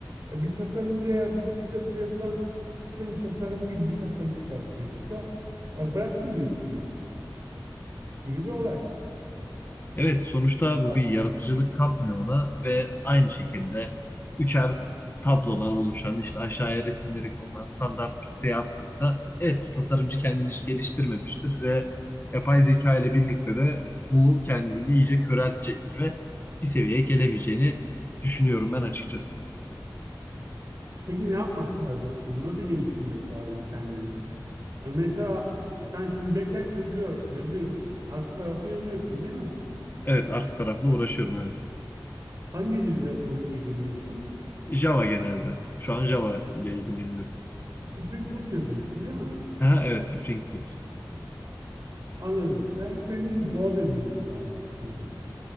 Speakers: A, on the right (about 45°); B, on the left (about 25°).
A: E, bir tasarımcı eğer bu step'le yazılan sitenin tasarımı gibi bir tasarım çıkartıyorsa e, bıraksın mesleği gibi bir olay
B: Evet, sonuçta
A: var
B: bu bir
A: gibi.
B: yaratıcılık katmıyor ona ve aynı şekilde üçer tablodan oluşan işte aşağıya resimleri konulan standart bir siteye attıysa evet bu tasarımcı kendini hiç geliştirmemiştir ve yapay zeka ile birlikte de bu kendini iyice köreltecektir ve bir seviyeye gelemeyeceğini düşünüyorum ben açıkçası.
A: Peki ne yapmak lazım şimdi? Nasıl geliştirmek lazım kendini? E mesela sen şimdi backend yazıyor, yazıyorsun. Arka tarafı yazıyorsun değil mi?
B: Evet arka tarafla uğraşıyorum evet.
A: Hangi dille o- ilgileniyorsun?
B: Java genelde. Şu an Java ile ilgileniyorum.
A: Spring Boot yazıyorsun değil mi?
B: Ha, evet Spring Boot.
A: Anladım. Belki senin Go da bilmen lazım şimdi.